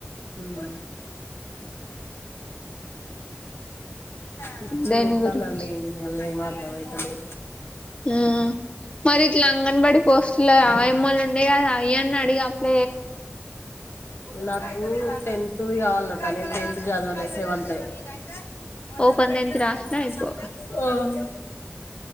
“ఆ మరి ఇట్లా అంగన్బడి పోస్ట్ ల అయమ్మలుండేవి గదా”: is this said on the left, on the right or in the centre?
Left